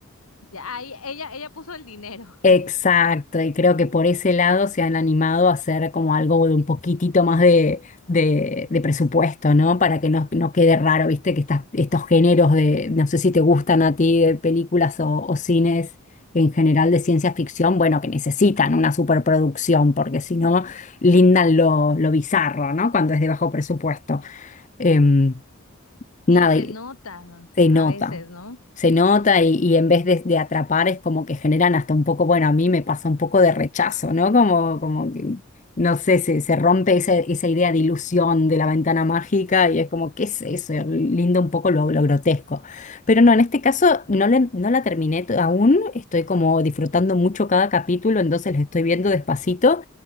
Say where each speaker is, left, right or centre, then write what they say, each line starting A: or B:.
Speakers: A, on the left; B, on the left.
A: Ya, ahí, ella, ella puso el dinero.
B: Exacto,
A: <laughs>
B: y creo que por ese lado se han animado a hacer como algo de un poquitito más de, de, de presupuesto, ¿no? Para que no, no quede raro, viste, que estas, estos géneros de, no sé si te gustan a ti, de películas o, o cines en general de ciencia ficción, bueno, que necesitan una superproducción, porque si no, lindan lo, lo bizarro, ¿no? Cuando es de bajo presupuesto. Em, nada,
A: Sí, se nota
B: se
A: a
B: nota,
A: veces, ¿no?
B: se nota y, y en vez de, de atrapar es como que generan hasta un poco, bueno, a mí me pasa un poco de rechazo, ¿no? Como, como que, no sé, se, se rompe esa, esa idea de ilusión de la ventana mágica y es como, ¿qué es eso? Linda un poco lo, lo grotesco. Pero no, en este caso no, le- no la terminé to- aún, estoy como disfrutando mucho cada capítulo, entonces la estoy viendo despacito,